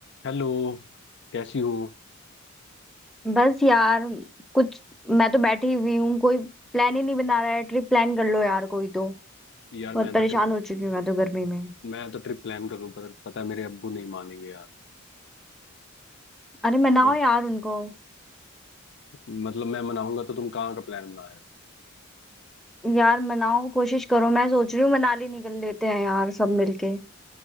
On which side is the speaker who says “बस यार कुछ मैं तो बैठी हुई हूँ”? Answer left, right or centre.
Centre